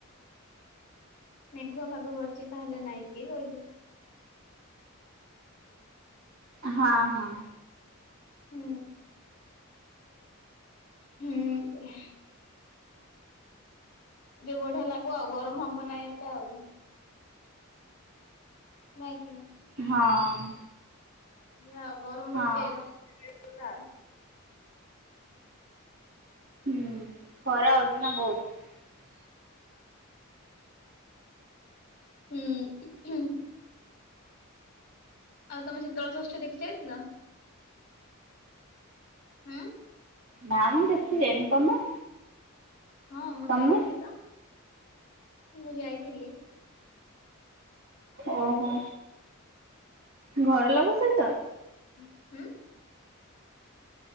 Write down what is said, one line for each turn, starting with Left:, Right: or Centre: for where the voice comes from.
Left: ମେଘୁଆ ପାଗ କରିଛି ତାହେଲେ ନାହିଁ କି କହିଲୁ?
Right: ହଁ ହଁ
Left: ହୁଁ। ହୁଁ <inaudible> ଯ ବଢିଆ ଲାଗିବ ଆଉ ଗରମ ହବ ନାହିଁ ଏତେ ଆଉ । ନାଇଁ କିି?
Right: ହଁ <inaudible>
Left: <unintelligible> ଗରମ <unintelligible>
Right: ହଁ
Left: <unintelligible>
Right: ହୁଁ ଖରା ହଉଛି ନା ବହୁତ
Left: ଉଁ ହୁଁ ଆଉ ତମେ ଶୀତଳଷଷ୍ଠୀ ଦେଖି ଯାଇଥିଲ? ଆଁ
Right: ନାଁ ମୁଁ ଦେଖିଯାଇନି। ତମେ?
Left: ହଁ ମୁଁ
Right: ତମେ
Left: ଯାଇଥିଲି ତ। ମୁଁ ଯାଇଥିଲି।
Right: ଓହୋ ଘର ଲୋକ ସହିତ?
Left: ଉଁ ହୁଁ।